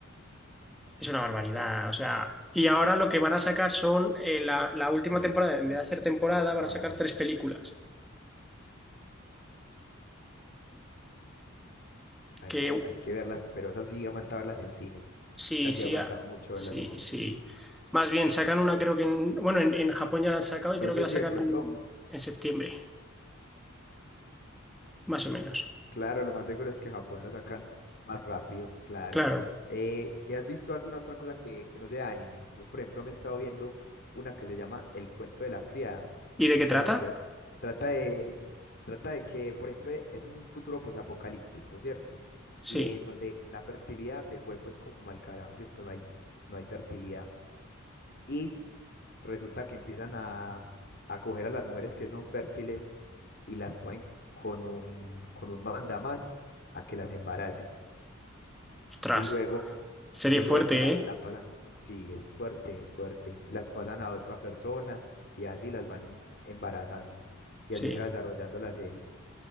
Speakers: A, in the centre; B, on the left.
A: es una barbaridad. O sea, y ahora lo que van a sacar son eh, la, la última
B: Sí,
A: temporada, en
B: sí,
A: vez de hacer temporada,
B: sí, es una
A: van a sacar
B: barbaridad.
A: tres películas.
B: Ay,
A: Que
B: no, hay que verlas, pero esas sí aguanta verlas en cine.
A: sí,
B: Esas
A: sí,
B: sí aguanta
A: ah,
B: mucho
A: sí,
B: verlas en cine.
A: sí. Más bien, sacan una, creo que en, bueno, en, en Japón ya la han sacado y
B: No
A: creo
B: sé
A: que la
B: si
A: sacan
B: de pronto.
A: en septiembre, más o menos.
B: Claro, lo más seguro es que en Japón lo sacan más rápido, claro.
A: Claro.
B: Eh, ¿y has visto alguna otra cosa que, que no sea anime? Yo, por ejemplo, me he estado viendo una que se llama El cuento de la criada.
A: ¿Y
B: El cuento
A: de qué trata?
B: de la criada trata de, trata de que, por ejemplo, e- es un futuro pues apocalíptico, ¿cierto? Y
A: Sí,
B: en donde la fertilidad se fue pues como al carajo, ¿cierto? No hay, no hay fertilidad. Y resulta que empiezan a, a coger a las mujeres que son fértiles y las ponen con un, con un mandamás a que las embarace.
A: ostras.
B: Y luego,
A: Serie
B: y luego
A: fuerte,
B: la,
A: ¿eh?
B: la pasan, sí, es fuerte, es fuerte, las pasan a otra persona y así las van en- embarazando. Y
A: Sí.
B: así se
A: O
B: va desarrollando la serie,